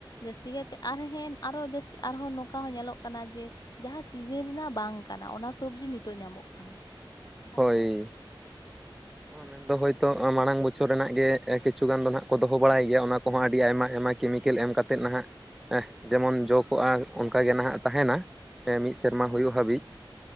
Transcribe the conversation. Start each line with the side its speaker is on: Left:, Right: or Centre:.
Left: ᱡᱟᱹᱥᱛᱤ ᱠᱟᱭᱛᱮ ᱟᱨᱦᱮ ᱟᱨᱦᱚᱸ ᱡᱟᱹᱥᱛᱤ ᱟᱨᱦᱚᱸ ᱱᱚᱝᱠᱟ ᱦᱚᱸ ᱧᱮᱞᱚᱜ ᱠᱟᱱᱟ ᱡᱮᱼᱼ ᱡᱟᱦᱟᱸ ᱥᱤᱡᱮᱱ ᱨᱮᱱᱟᱜ ᱵᱟᱝ ᱠᱟᱱᱟ ᱚᱱᱟ ᱥᱚᱵᱽᱡᱤ ᱱᱤᱛᱚᱜ ᱧᱟᱢᱚᱜ ᱠᱟᱱᱟ᱾ ᱛᱟᱦᱚᱞᱮ
Centre: ᱦᱳᱭ᱾ ᱦᱮ ᱢᱮᱱᱫᱚ ᱦᱳᱭᱛᱳ ᱢᱟᱲᱟᱝ ᱵᱚᱪᱷᱚᱨ ᱨᱮᱱᱟᱜ ᱜᱮ ᱠᱤᱪᱷᱩ ᱜᱟᱱ ᱫᱚ ᱱᱟᱜ ᱠᱚ ᱫᱚᱦᱚ ᱵᱟᱲᱟᱭ ᱜᱮᱭᱟ ᱚᱱᱟᱼᱼ ᱠᱚᱦᱚᱸ ᱟᱹᱰᱤ ᱟᱭᱢᱟ ᱟᱭᱢᱟ ᱠᱮᱢᱤᱠᱮᱞ ᱮᱢ ᱠᱟᱛᱮᱫ ᱱᱟᱦᱟᱜᱼᱼ ᱡᱮᱢᱚᱱ ᱡᱚ ᱠᱚᱣᱼᱟ ᱚᱱᱠᱟ ᱜᱮ ᱱᱟᱦᱟᱜ ᱛᱟᱦᱮᱱᱟ ᱮᱢᱤᱼᱼ ᱥᱮᱨᱢᱟ
Left: ᱦᱮᱸ
Centre: ᱦᱩᱭᱩᱜ ᱦᱟᱹᱵᱤᱡ